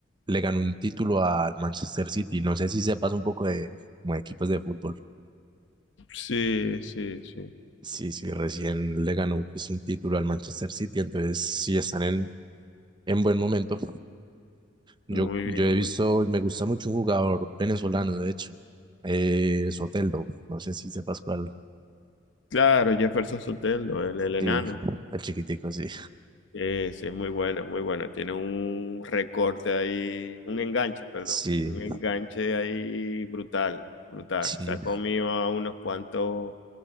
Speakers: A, on the right (about 25°); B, on the left (about 65°).
A: Le ganó un título al Manchester City. No sé si sepas un poco de, como de equipos de fútbol.
B: Sí, sí, sí.
A: Sí, sí, recién le ganó pues, un título al Manchester City, entonces sí están en, en buen momento. Yo,
B: Muy
A: yo
B: bien,
A: he
B: muy
A: visto,
B: bien.
A: me gusta mucho un jugador venezolano, de hecho, eh, Soteldo. No sé si sepas cuál.
B: Claro, Jefferson Soteldo, el, el enano.
A: Sí, el chiquitico, sí.
B: Eh, sí, es muy buena, muy buena. Tiene un recorte ahí, un enganche, perdón.
A: Sí,
B: Un enganche ahí brutal, brutal.
A: Sí,
B: Se ha comido a unos cuantos